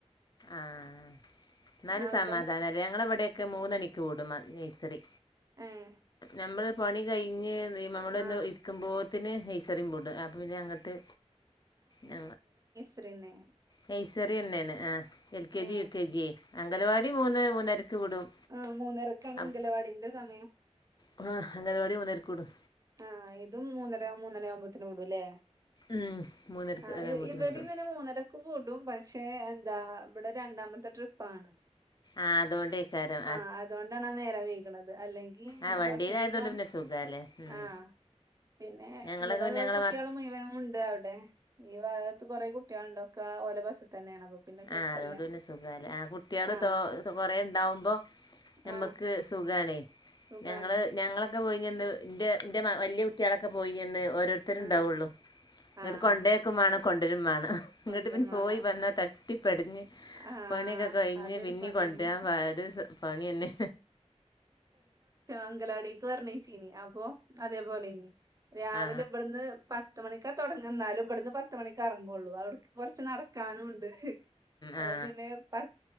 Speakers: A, on the left; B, on the right.
A: ആഹ് എന്നല്
B: അവിടെ
A: സമാധാനല്ല ഞങ്ങള അവിടെയൊക്കെ മൂന്നണിക്ക് വിടും നെയ്സറി
B: ഏഹ്
A: നമ്മള് പണി കഴിഞ്ഞ് നമ്മള ഒന്ന്
B: ആഹ്
A: ഇരിക്കുമ്പോത്തിന് നെഴ്സറിം പോ പിന്നെ അങ്ങോട്ട് ഞ
B: അത്രന്നെ
A: നെയ്സറി തന്നെയാണ് ആഹ് എൽ കെ
B: ഏ
A: ജി, യു കെ ജി അംഗലവാടി മൂന്ന് മൂന്നരക്ക് വിടും
B: ആഹ് മൂന്നരക്കാണ്
A: അപ്പ
B: അംഗലവാടിൻ്റെ സമയം
A: ആഹ് അംഗനവാടി മൂന്നരക്ക് വിടും
B: ആഹ് ഇതും മൂന്നര മൂന്നര ആകുമ്പത്തിന് വിടുംല്ലേ
A: ഉം മൂന്നരക്ക്
B: ആഹ്
A: ആകുമ്പോത്തിന്
B: ഇവരിന്നന്നെ
A: വിടും
B: മൂന്നര കൂടും പക്ഷെ എന്താ ഇവിടെ രണ്ടാമത്തെ ട്രിപ്പാണ്
A: ആഹ് അതുകൊണ്ടേക്കാരം
B: ആഹ് അതുകൊണ്ടാണ നേരം വൈക്ണത് അല്ലെങ്കി
A: ആ വണ്ടിയിലായതുകൊണ്ട്
B: ഫസ്റ്റ് ട്രിപ്പാണ്
A: പിന്നെ സുഖാല്ലേ ഉം
B: ആഹ് പിന്നെ
A: ഞങ്ങളൊക്കെ
B: ഇവിടെള്ള
A: പിന്നെ ഞങ്ങളെ
B: കുട്ടികളെ
A: മ
B: മുയ്മനും ഉണ്ട് അവിടെ ഈ ഭാഗത്ത് കുറെ കുട്ടികളുണ്ടൊക്കെ ഓല ബസ് തന്നെയാണ് അപ്പൊ പിന്നെ കൊഴപ്പല്ല
A: ആഹ് അതോണ്ട് പിന്നെ സുഖലെ ആഹ് കുട്ടികള്
B: ആ
A: തോ കുറേണ്ടാകുമ്പം
B: ആ
A: ഞമ്മക്ക് സുഖാണെ
B: സുഖാണ്
A: ഞങ്ങള് ഞങ്ങൾ പോയി നിന്ന് ന്റെ ന്റെ വലിയ കുട്ടികളൊക്കെ പോയി നിന്ന് ഓരോ
B: ആ
A: ഉണ്ടാവുള്ളു ഇങ്ങട്ട്
B: ആ
A: കൊണ്ടേക്കും വേണം കൊണ്ടരും വേണം ഇങ്ങോട്ട്
B: കൊണ്ടരും
A: പിന്നെ
B: മാണം
A: പോയി വന്നാൽ ത തട്ടിപ്പടിഞ്ഞ്
B: ആഹ്
A: പണിയൊക്കെ കഴിഞ്ഞ്
B: അതൊരു
A: പിന്നിം
B: പണിയാണ്
A: കൊണ്ടരാൻ പര് പണിയെന്നെ
B: അങ്കലവാടിക്ക് പറണേച്ചിനി അപ്പോ അതേപോലെ ഇനി രാവിലെ
A: ആ
B: ഇവിടുന്ന് പത്ത് മണിക്കാ തുടങ്ങ എന്നാലും ഇവിടന്ന് പത്ത മണിക്ക ഇറങ്ങുള്ളു അവിടക്ക് കൊറച്ച് നടക്കാനും ഉണ്ട് അത
A: ആ
B: പിന്നെ പ